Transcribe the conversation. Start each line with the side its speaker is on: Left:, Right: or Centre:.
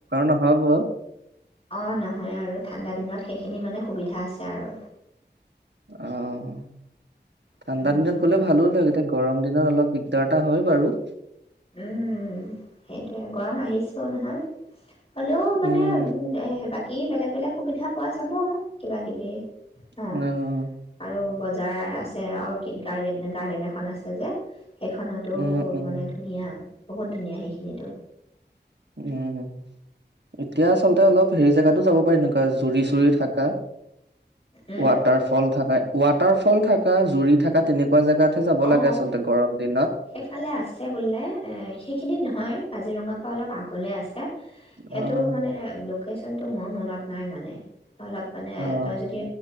Right: নহ'ব অ'।
Left: অ, নহয় আৰু ঠাণ্ডা দিনত সেইখিনি মানে সুবিধা আছে আৰু।
Right: আহ ঠাণ্ডা
Left: আৰু
Right: দিনত গ'লে ভালো লাগে। এতিয়া গৰম এনে অলপ দিগদাৰ এটা হয় বাৰু।
Left: উম, সেইটোৱে গৰম আহিছেও নহয়। হ'লেও মানে
Right: উম,
Left: উম, বাক কি বেলেগ, বেলেগ সুবিধা পোৱা যাব কিবা, কিবি। হা,
Right: অ',
Left: আৰু বজাৰ আছে, অৰ্কিড গাদেন গাৰ্ডেন এখন আছে যে। সেইখনতো
Right: উম, উম,
Left: মানে বহুত ধুনীয়া, সেইখিনোটো
Right: উম, এতিয়া আচলতে অলপ হেৰি জোগাতো যাব পাৰি, এনেকুৱা জুৰি চুৰি থাকা।
Left: উম,
Right: ৱাটাৰ ফল থাকে। ৱাটাৰ ফল থকা, জুৰি থকা তেনেকুৱা। এনেকুৱা জেগাতে যাব
Left: অ
Right: লাগে, আচলতে গৰম দিন।
Left: সেইফালে আছে বোলে, এ সেইখিনিত নহয় কাজিৰঙা। অলপ আগলে আছে। সেইটো
Right: অ',
Left: মানে লোকেচনটো মোৰ মনত নাই মানে। অলপ মানে,
Right: অ',
Left: তই যদি